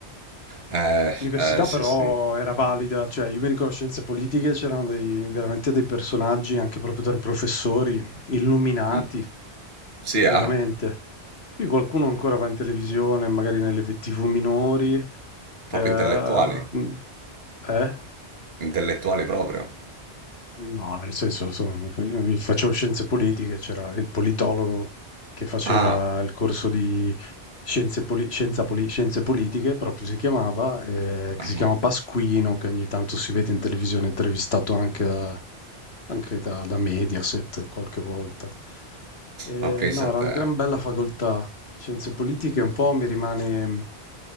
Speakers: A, on the right; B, on the left.
A: Eh,
B: L'università
A: eh, sì,
B: però
A: sì.
B: era valida, cioè io mi ricordo scienze politiche, c'erano dei- veramente dei personaggi, anche proprio tra i professori, illuminati,
A: Mm. Sì, ah?
B: veramente. Sì, qualcuno ancora va in televisione, magari nelle TV minori. Eh,
A: Proprio
B: mm,
A: intellettuali.
B: eh?
A: Intellettuali proprio.
B: No, nel senso, insomma, io facevo scienze politiche, c'era il politologo che faceva
A: Ah,
B: il corso di scienze, poli- scienza poli- scienze politiche, proprio si chiamava, eh, che
A: ah,
B: si chiama Pasquino, che ogni tanto si vede in televisione, intervistato anche, da, anche da, da Mediaset qualche volta. Eh,
A: ma pensa
B: no, era
A: a te.
B: una gran bella facoltà, scienze politiche, un po' mi rimane mh,